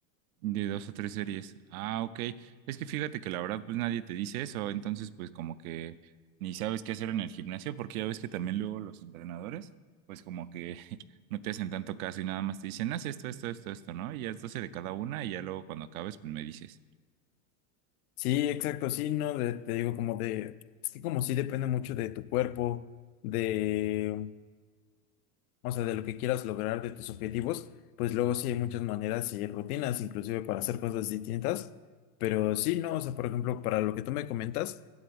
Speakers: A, on the right; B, on the left.
A: De dos o tres series. Ah, ok. Es que fíjate que la verdad, pues nadie te dice eso, entonces pues como que ni sabes qué hacer en el gimnasio, porque ya ves que también luego los entrenadores, pues como que <laughs> no te hacen tanto caso y nada más te dicen, haz esto, esto, esto, esto, ¿no? Y haz 12 de cada una y ya luego cuando acabes, pues me dices.
B: Sí, exacto, sí, no, de- te digo como de, es que como sí depende mucho de tu cuerpo, de o sea, de lo que quieras lograr, de tus objetivos, pues luego sí hay muchas maneras y rutinas, inclusive para hacer cosas distintas, pero sí, no, o sea, por ejemplo, para lo que tú me comentas,